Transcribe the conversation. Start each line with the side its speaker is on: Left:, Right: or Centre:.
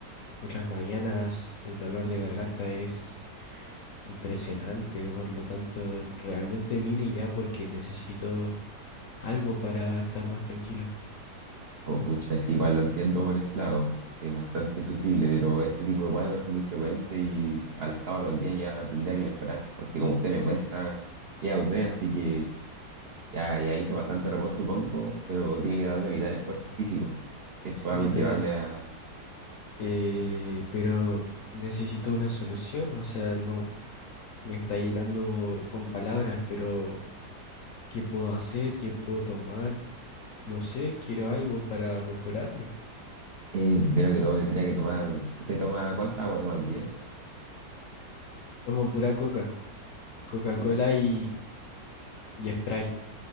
Left: por las mañanas el dolor de garganta es impresionante, por lo tanto realmente vine ya porque necesito algo para estar más tranquilo.
Right: Oh, Pucha, sí, igual lo entiendo por ese lado. Es bastante sufrible, pero este tipo de cuadros son muy frecuentes y al cabo de los días ya tendría que mejorar. Porque como usted me cuenta, ya un mes, así que Ya, ya hizo bastante reposo, supongo, pero tiene que tratar de evitar esfuerzos físicos. Esto
Left: Skibidi
Right: va a conllevarle
Left: toilet.
Right: a...
Left: Eh, pero necesito una solución, o sea, no me está llenando con palabras, pero ¿qué puedo hacer? ¿Qué puedo tomar? No sé, quiero algo para mejorarme.
Right: eh, primero que todo tendría
Left: Sí.
Right: que tomar... ¿Usted toma cuánta agua toma al día?
Left: Tomo pura coca, Coca-Cola
Right: U-
Left: y, y Sprite.